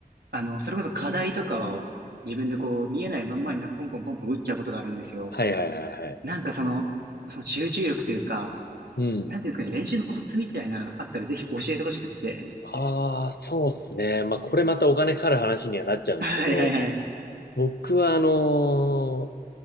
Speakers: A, on the right; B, on the left.
A: あの、それこそ課題とかを自分でこう見えないまんまになんかポンポンポンポン打っちゃうことがあるんですよ。
B: はいはいはいはい。
A: なんかその、その集中力というか、
B: うん。
A: なんていうんですかね、練習のコツみたいなのあったらぜひ教えてほしくって。
B: ああ、そうですね。まあ、これまたお金かかる話にはなっちゃうんですけど、
A: <laughs> はいはいはい。
B: 僕はあのー